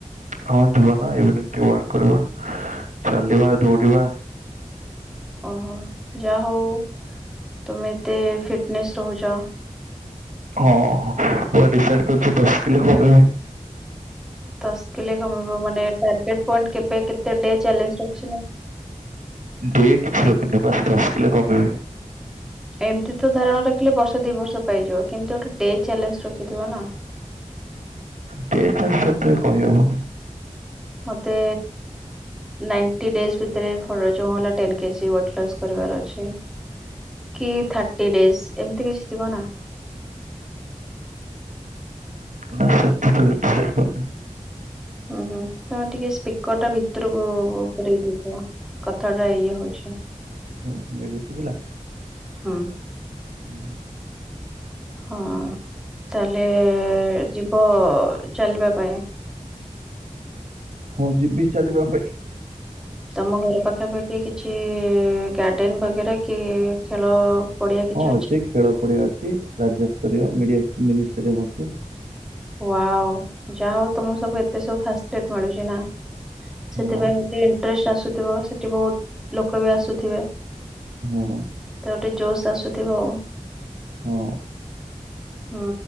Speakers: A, on the right; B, in the centre.
A: ହଁ ଯିବା ନା ଇଭିନିଂ ଟିକେ ୱାର୍କ କରିବା। ଚାଲିବା ଦୌଡ଼ିବା।
B: ଓହୋ। ଯାହା ହଉ ତମେ ଏତେ ଫିଟନେସ୍ ରହୁଛ।
A: ହଁ ପୁରା ଡିସାଇଡ୍ କରିଛି ଦଶ କିଲୋ କମିବି।
B: ଦଶ କିଲେ କମିବ ମାନେ ଟାର୍ଗେଟ୍ ପଏଣ୍ଟ କେବେ କେତେ ଡ଼େ ଚାଲେଞ୍ ରଖିଛନ୍ତି?
A: ଡେ କିଛି ରଖିନି ବାସ୍ ଦଶ କିଲୋ କମେଇିବି।
B: ଏମିତି ତ ଧାରଣା ରଖିଲେ ବର୍ଷ ଦି ବର୍ଷ ପାଇଯିବ କିନ୍ତୁ ଗୋଟେ ଡେ ଚ୍ୟାଲେଞ୍ଜ ରଖିଥିବ ନା।
A: ଡେ <unintelligible> କହି ହବନି।
B: ମୋତେ ନାଣ୍ଟି ଡେଜ୍ ଭିତରେ ଫର୍ ରଜ ମହଲା ଟେନ୍ କେଜି ୱେଟ୍ ଲସ୍ କରିବାର ଅଛି। କି ଥାର୍ଟି ଡେଜ୍ ଏମିତି କିଛି ଥିବ ନା?
A: ନା ସାର୍ ଦୁଟ କିନ୍ତୁ ସେ କର ନା <unintelligible>
B: ହୁଁ ହୁଁ। ତମେ ଟିକେ ସ୍ପିକର ଟା ଭିତରକୁ ପୂରେଇ ଦେଇଛ? କଥା ଟା ଇଏ ହଉଛି।
A: ହୁ ଏବେ ଶୁଭିଲା?
B: ହୁଁ।
A: ହୁଁ
B: ହଁ ତାହେଲେ ଯିବ ଚାଲିବା ପାଇଁ?
A: ହଁ ଯିବି ଚାଲିବା ପାଇଁ।
B: ତମ ଘର ପାଖାପାଖି କିଛି ଗାର୍ଡେନ ବଗେରା କି ଖେଳ ପଡିଆ କିଛି
A: ହଁ ଅଛି ଖେଳ ପଡିଆ ଅଛି। ରାଜ୍ୟସ୍ତରୀୟ ମିଡିଆ ମିନିଷ୍ଟାଡିୟମ ଅଛି।
B: ଉଆଓ, ଯାହା ହଉ ତମ ସବୁ ଏତେ ସବୁ ଫାଷ୍ଟ ଟେଟ୍ ମିଳୁଛି ନା ସେଥିପାଇଁ
A: ହଁ
B: ଇଣ୍ଟ୍ରେଷ୍ଟ ଆସୁଥିବ, ସେଠି ବୋହୁତ୍ ଲୋକ ବି ଆସୁଥିବେ?
A: ହଁ।
B: ତ ଗୋଟେ ଜୋସ୍ ଆସୁଥିବ।
A: ହଁ
B: ହୁଁ